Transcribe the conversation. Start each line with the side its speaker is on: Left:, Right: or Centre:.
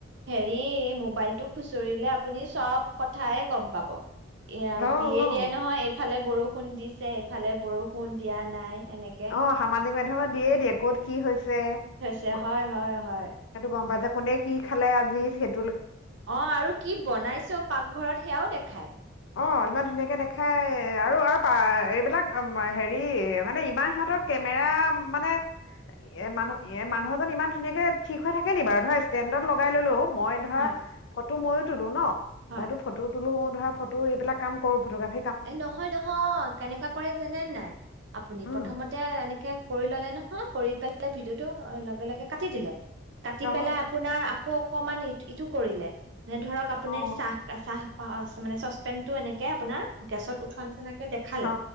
Right: হেৰি, মোবাইলটো খুচৰিলে আপুনি চব কথাই গম পাব। এয়া
Left: অ
Right: দিয়ে
Left: অ
Right: দিয়ে নহয় ইফালে বৰষুণ দিছে, এফালে বৰষুণ দিয়া নাই। এনেকে।
Left: অ সামাজিক মাধ্যমত দিয়েই দিয়ে, ক'ত কি হৈছে।
Right: হয়-হয়-হয়।
Left: ক- সেইটো গম পাই যে, কোনে কি কি খালে, আজি সেইটো
Right: অ আৰু কি বনাইছ পাকঘৰত সেয়াও দেখাই।
Left: অ ইমান ধুনীয়াকে দেখাই, আৰু-আৰু পা এইবিলাক হেৰি মানে ইমান সিহঁতৰ কেমেৰা মানে এ মানুহ এ মানুহজন ইমান ধুনীয়াকে ঠিক হৈ থাকে নি বাৰু ধৰা ষ্টেণ্ডত লগাই ল'লেও মই ধৰা
Right: হয়
Left: <unintelligible> <unintelligible> ময়ো তোলো ন।
Right: হয়।
Left: মইতো ফটো তোলো <unintelligible> তটো এইবিলাক কাম কৰোঁ, ফটোগ্ৰাফি
Right: এ নহয়-নহয় কেনেকুৱা কৰে যানে নাই আপুনি
Left: উম
Right: প্ৰথমতে এনেকে কৰি ল'লে নহ কৰি পেলাইে ভিডিঅ'টো লগে-লগে কাটি দিলে। কাটি
Left: অ
Right: পেলাই আপোনাৰ আকৌ <unintelligible> ইটো-ইটো কৰিলে। মানে ধৰক, আপুনি
Left: অ
Right: চাহ-চাহ অ-অ মানে চচপেন টো এনেকে আপোনাৰ গেছত উঠোৱা নিছিনা দেখালে,
Left: অ